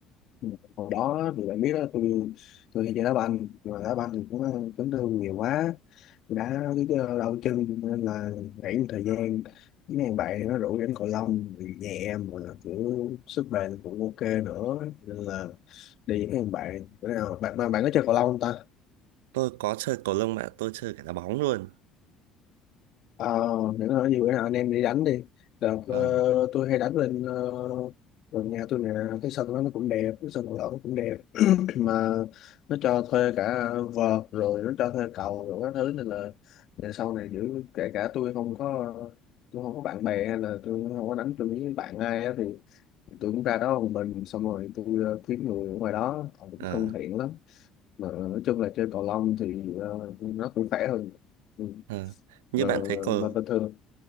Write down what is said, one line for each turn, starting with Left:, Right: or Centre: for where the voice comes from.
Left: Ừ, hồi đó thì bạn biết đó tôi tôi hay chơi đá banh mà đá banh thì cũng ờ, chấn thương nhiều quá đã cái đau chân nên là nghỉ một thời gian cái mấy bạn nó rủ đánh cầu lông thì nhẹ mà kiểu sức bền cũng ok nữa nên là đi với mấy bạn bữa nào bạn mà bạn có chơi cầu lông không ta
Right: Tôi có chơi cầu lông bạn, tôi chơi cả đá bóng luôn.
Left: ờ để nói gì bữa nào anh em đi đánh đi đợt ờ,
Right: Ờ,
Left: tôi hay đánh lên ờ, gần nhà tôi nè cái sân đó nó cũng đẹp cái sân cầu lông nó cũng đẹp mà nó cho thuê cả vợt rồi nó cho thuê cầu rồi các thứ nên là về sau này giữ kể cả tôi không có tôi không có bạn bè hay là tôi không có đánh tôi với bạn ai á, thì tôi cũng ra đó một mình xong rồi tôi ờ, kiếm người ở ngoài đó họ cũng
Right: Ờ,
Left: thân thiện lắm mà nói chung là chơi cầu lông thì ờ, nó cũng khỏe hơn ừ.
Right: ờ. Như
Left: mà,
Right: bạn thấy cầu
Left: mà bình thường